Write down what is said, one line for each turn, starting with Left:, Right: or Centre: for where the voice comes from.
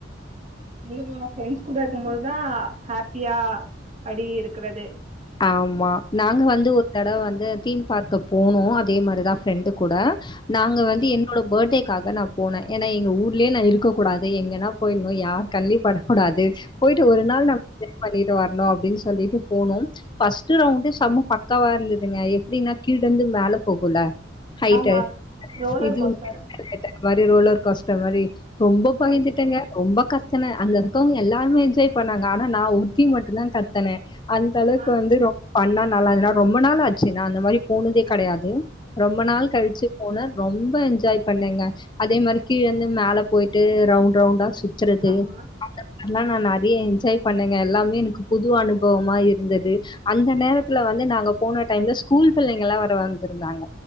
Right: இங்க ஊ வா ஃப்ரெண்ட்ஸ் கூட இருக்கம் போது தா ஹேப்பியா அப்டி இருக்குறது
Left: ஆமா நாங்க வந்து ஒரு தடவ வந்து தீம் பார்க்குக் போனோ அதே மாரிதா ஃப்ரெண்டு கூட நாங்க
Right: ம்
Left: வந்து என்னோட பேர்த்டேக்காக நா போனே எனா எங்க ஊர்லேயே நா இருக்க கூடாது எங்கன்னா போயிர்னு யார் கண்லயு பட கூடாது போய்ட்டு ஒரு நாள் நம்ம பண்ணிட்டு வர்ணு அப்டின் சொல்லிட்டு போனோ ஃபஸ்ட் ரவுண்டே சம பக்காவா இருந்துதுங்க எப்டின்னா கீழயிருந்து மேல போகுல்ல ஹய்ட்டு
Right: ஆமா ரோலர்
Left: இது
Right: கோஸ்டர்
Left: மாரி ரோலர் கோஸ்டர் மாரி ரொம்ப பயந்துட்டங்க
Right: ஆ
Left: ரொம்ப கத்துனே அங்க இருக்கவங்க எல்லாருமே என்ஜாய் பண்ணாங்க ஆனா நா ஒருத்தி மட்டுந்தான் கத்தன அந்த அளவுக்கு
Right: ஆ
Left: வந்து ரொம் ஃபன்னா நல்லா நா ரொம்ப நாள் ஆச்சு நா அந்த மாரி போனதே கடையாது ரொம்ப நாள் கழுச்சு போன ரொம்ப என்ஜாய் பண்ணேங்க அதே மாரி கீழயிருந்து மேல போய்ட்டு ரவுண்ட் ரவுண்டா சு ச்சறது
Right: ஆமா
Left: அதெல்லா நா நறையா என்ஜாய் பண்ணேங்க எல்லாமே எனக்கு புது அனுபொவமா இருந்துது அந்த நேரத்துல வந்து நாங்க போன டைம்ல ஸ்கூல் புள்ளெங்க எல்லா வேற வந்திருந்தாங்க